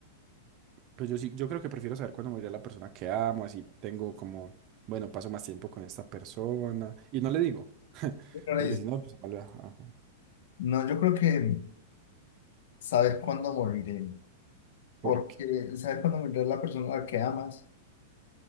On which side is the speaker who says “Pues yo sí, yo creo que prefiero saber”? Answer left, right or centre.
Right